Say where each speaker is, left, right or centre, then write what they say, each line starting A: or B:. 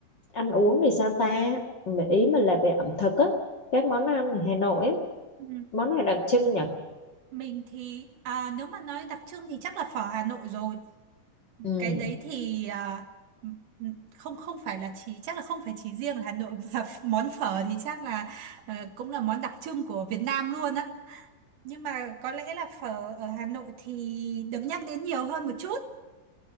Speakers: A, on the left (about 40°); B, on the right (about 70°).
A: ăn uống thì sao ta Ừ, ý mình là về ẩm thực á các món ăn ở Hà Nội á
B: ừ.
A: món này đặc trưng nhỉ
B: mình thì à, nếu mà nói đặc trưng thì chắc là phở Hà Nội rồi
A: ừ
B: cái đấy thì à, m- m- không không phải là chỉ chắc là không phải chỉ riêng ở Hà Nội mà <laughs> món phở thì chắc là ờ, cũng là món đặc trưng của Việt Nam luôn á nhưng mà có lẽ là phở ở Hà Nội thì được nhắc đến nhiều hơn một chút